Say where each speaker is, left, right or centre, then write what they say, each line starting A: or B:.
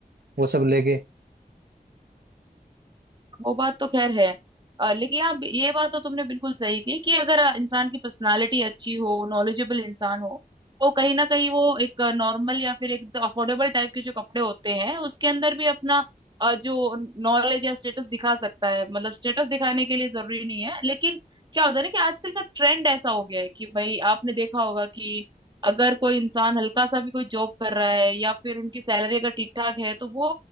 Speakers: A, on the right (about 75°); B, on the right (about 30°).
A: वो सब लेके
B: वो बात तो खैर है अ, लेकिन आप ये बात तो तुमने बिल्कुल सही की कि अगर अ, इंसान की पर्सनालिटी अच्छी हो नॉलेजेबल इंसान हो तो कहीं ना कहीं वो एक नॉर्मल या फिर एक अफोर्डेबल टाइप के जो कपड़े होते हैं उसके अंदर भी अपना अ, जो नॉलेज या स्टेटस दिखा सकता है मतलब स्टेटस दिखाने के लिए जरूरी नहीं है लेकिन क्या होता है ना कि आजकल का ट्रेंड ऐसा हो गया है कि भाई आपने देखा होगा कि अगर कोई इंसान हल्का सा भी कोई जॉब कर रहा है या फिर उनकी सैलरी अगर ठीक ठाक है तो वो